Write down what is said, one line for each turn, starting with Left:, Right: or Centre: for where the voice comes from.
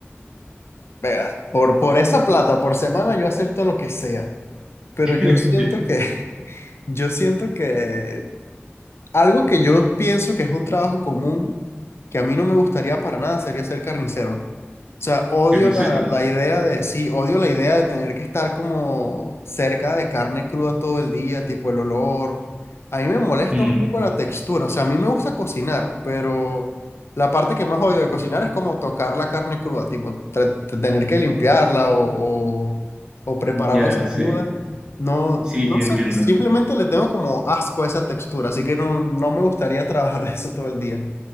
Left: veas, por, por esa plata, por semana yo acepto lo que sea, pero
Right: <laughs>
Left: yo siento que, <laughs> yo siento que Algo que yo pienso que es un trabajo común, que a mí no me gustaría para nada, sería ser carnicero. O sea, odio
Right: ¿Carnicero?
Left: la, la idea de, sí, odio la idea de tener que estar como cerca de carne cruda todo el día, tipo el olor. A mí me molesta
Right: Mm,
Left: un poco la textura, o sea, a mí me gusta cocinar, pero la parte que más odio de cocinar es como tocar la carne cruda, tipo tra- tener que limpiarla o, o, o prepararla
Right: ya,
Left: así
Right: sí.
Left: cruda. No,
Right: Sí,
Left: no
Right: ya
Left: sé,
Right: entiendo.
Left: simplemente le tengo como asco a esa textura, así que no, no me gustaría trabajar <laughs> de eso todo el día.